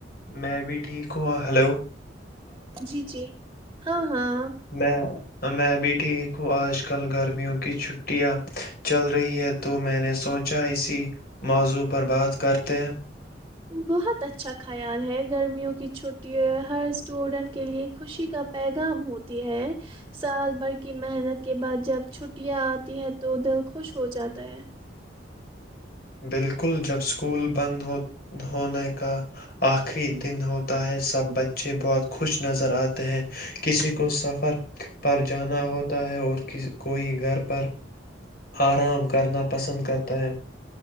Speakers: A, on the left; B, on the right.
A: میں بھی ٹھیک ہا ہلو
B: جی جی ہاں ہاں
A: میں میں بھی ٹھیک ہوں آج کل گرمیوں کی چھٹیاں چل رہی ہے تو میں نے سوچا اسی موضوع پر بات کرتے ہیں
B: بہت اچھا خیال ہے گرمیوں کی چھٹی ہر اسٹوڈینٹ کے لیے خوشی کا پیغام ہوتی ہے سال بھر کی محنت کے بعد جب چھٹیاں آتی ہے تو دل خوش ہو جاتا ہے
A: بالکل جب سکول بند ہونے کا آخری دن ہوتا ہے سب بچے بہت خوش نظر آتے ہیں کسی کو سفر پر جانا ہوتا ہے اور کوئی گھر پر آرام کرنا پسند کرتا ہے